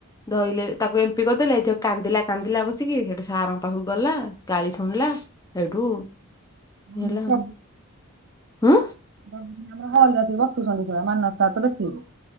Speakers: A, on the left (about 15°); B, on the right (about 55°).
A: ଧଇଲେ ତାକୁ ଏମ୍ପି କରିଦେଲେ, ଏତିକ କାନ୍ଦିଲା କାନ୍ଦିଲା ବସିକି ସେଠୁ ସାରଙ୍କ ପାଖକୁ ଗଲା, ଗାଳି ଶୁଣିଲା ସେଇଠୁ
B: ନ <unintelligible>
A: ଇଏ ହେଲା ଆଉ। ହୁଁ
B: ଆମର ହଲ ରେ ଆସିକି ବସୁଛନ୍ତି, ପୁରା ମାନସ ସାର୍ ତ ବେଶୀ।